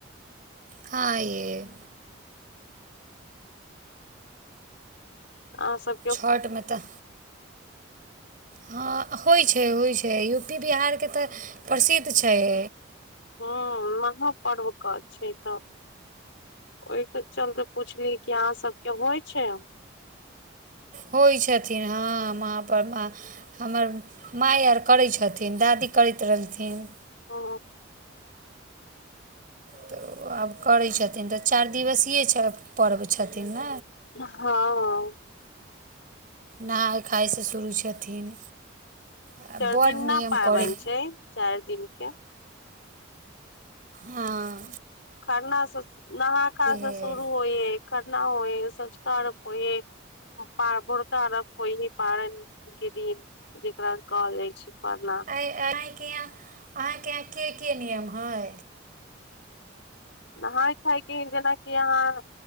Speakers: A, on the right; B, on the left.
A: हाँ ये
B: अहा सब
A: छठ मे तऽ हँ होइ छै होइ छै यू पी बिहारके तऽ प्रसिद्ध छय
B: ह महापर्वके छै तऽ ओहिके चलते पुछली कि अहाँ सबके होइ छय
A: होइ छथिन हँ महापर्व माँ हमर मइ आर करै छथिन दादी करैत रहलथिन
B: ओ
A: तऽ आब करै छथिन तऽ चारि दिवसीय पर्व छथिन ने
B: हँ
A: नहाय खायासँ शुरू छथिन आ
B: चारि
A: बड्ड
B: दिन न
A: नियम
B: पाबनि
A: करय
B: छै चाइर दिनक के
A: हाँ
B: खरनासँ स नहा खा स
A: हइ
B: शुरू होए है खरना होइ संझका अरग होए प भोरका अरघ होइ ही पारण के दिन जेकरा <unintelligible> परना
A: हये यहाँ अहाँके यहाँ के के नियम है
B: नहाय खायके जेनाकि आहाँ